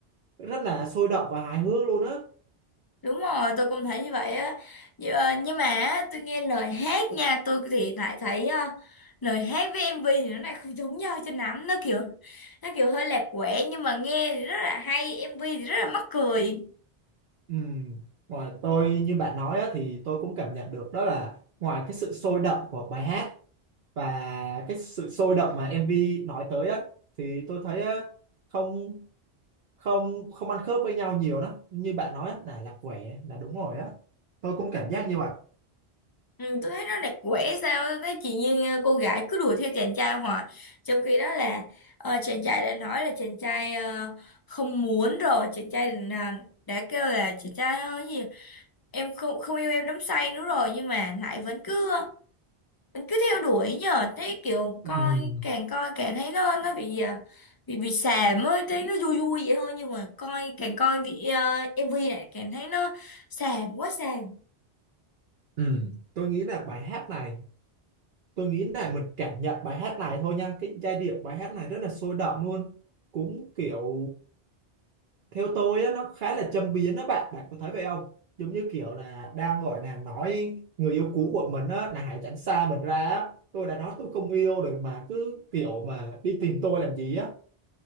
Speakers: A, on the right; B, on the left.
A: rất là sôi động và hài hước luôn á.
B: đúng rồi tôi cũng thấy như vậy á nhưng, ờ, nhưng mà á, tôi nghe lời hát nha tôi thì lại thấy ờ, lời hát với MV thì nó lại không giống nhau cho lắm nó kiểu nó kiểu hơi lạc quẻ nhưng mà nghe thì rất là hay MV thì rất là mắc cười
A: Ừ. Ngoài tôi như bạn nói á, thì tôi cũng cảm nhận được đó là ngoài cái sự sôi động của bài hát và cái sự sôi động mà MV nói tới á thì tôi thấy á, không không không ăn khớp với nhau nhiều lắm như bạn nói á, là là quẻ là đúng rồi á tôi cũng cảm giác như vậy
B: Ừ, tôi thấy nó đẹp quẻ sao tôi thấy chị Nhiên ờ, cô gái cứ đuổi theo chàng trai hoài trong khi đó là ờ, chàng trai đã nói là chàng trai ờ, không muốn rồi chàng trai đã, đã kêu là chàng trai ơi gì em không không yêu em đắm say nữa rồi nhưng mà lại vẫn cứ ờ, vẫn cứ theo đuổi nhờ thấy kiểu
A: ừ.
B: coi càng coi càng thấy nó nó bị ờ, bị bị xàm ấy thấy nó vui vui vậy thôi nhưng mà coi càng coi bị, ờ, MV này càng thấy nó xàm quá xàm
A: Ừ. tôi nghĩ là bài hát này tôi nghĩ là mình cảm nhận bài hát này thôi nha cái giai điệu bài hát này rất là sôi động luôn cũng kiểu theo tôi á nó khá là châm biếm đó bạn bạn có thấy vậy không giống như kiểu là đang gọi là nói người yêu cũ của mình á là hãy tránh xa mình ra á tôi đã nói tôi không yêu rồi mà cứ kiểu mà đi tìm tôi làm gì á